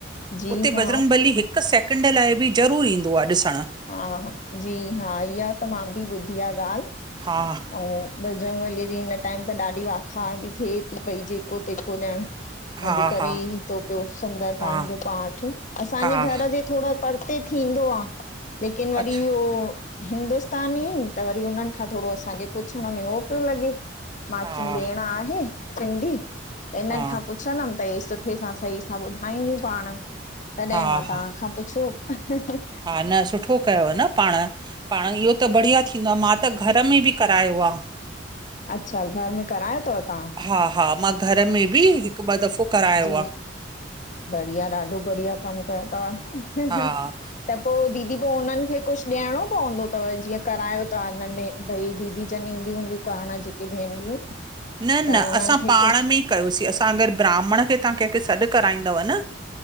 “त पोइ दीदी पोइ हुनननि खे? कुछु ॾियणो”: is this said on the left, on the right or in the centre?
Left